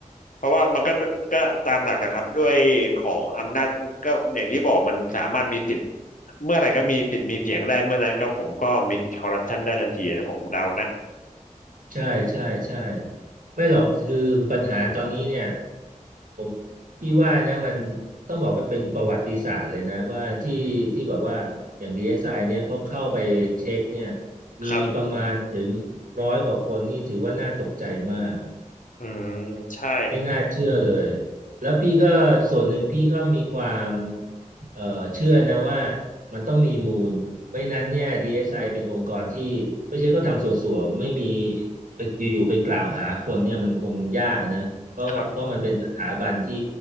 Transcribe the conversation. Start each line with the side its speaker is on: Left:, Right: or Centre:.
Left: เพราะว่ามันก็ก็ตามหลักอะครับด้วยของอำนาจก็อย่างที่บอกมันสามารถมีสิทธิ์เมื่อไหร่ก็มีสิทธิ์มีเสียงได้เมื่อนั้นก็ผมก็มีสิทธิ์คอร์รัปชันได้ทันทีนะผมเดานะ
Right: ใช่ใช่ใช่ไม่หรอกคือปัญหาตอนนี้เนี่ย ผมพี่ว่านะมันต้องบอกไปเป็นประวัติศาสตร์เลยนะว่าที่ที่แบบว่าอย่าง DSI เอสไอเนี่ยเขาเข้าไปเช็คเนี่ยมีประมาณถึง
Left: ครับ
Right: ร้อยกว่าคนนี่ถือว่าน่าตกใจมาก
Left: อืมใช่
Right: ไม่น่าเชื่อเลย แล้วพี่ก็ส่วนหนึ่งพี่ก็มีความเอ่อเชื่อนะว่ามันต้องมีมูลไม่นั้นเนี่ย DSI เอสไอเป็นองค์กรที่ไม่ใช่ก็ทำส่วนๆไม่มีไปอยู่ๆ ไปกล่าวหาคนเนี่ยมันคงยากนะเพราะเพราะมันเป็นสถาบันที่
Left: ครับ